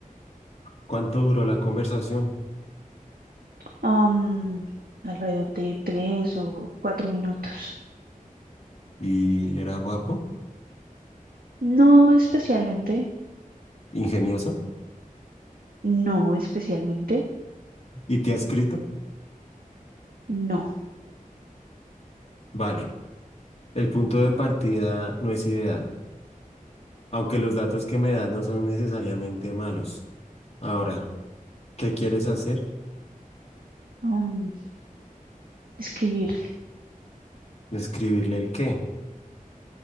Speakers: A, on the left; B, on the right.
A: ¿Cuánto duró la conversación?
B: am, alrededor de tres o cuatro minutos.
A: y era guapo,
B: No especialmente,
A: ingenioso
B: no especialmente,
A: y te ha escrito.
B: no.
A: Vale, el punto de partida no es ideal, aunque los datos que me das no son necesariamente malos. Ahora, ¿qué quieres hacer?
B: mm, describirle.
A: Escribirle el qué.